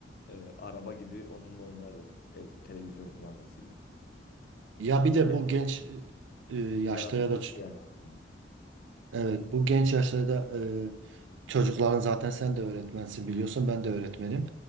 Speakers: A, on the left; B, on the right.
A: e, araba gibi onunla oynardık. Ev, televizyon kumandasıyla.
B: Ya bir de
A: Yani
B: bu genç e, yaşta
A: yaratıcılık
B: ya da
A: yani aslında.
B: Evet, bu genç yaşlarda e, çocukların zaten sen de öğretmensin biliyorsun ben de öğretmenim.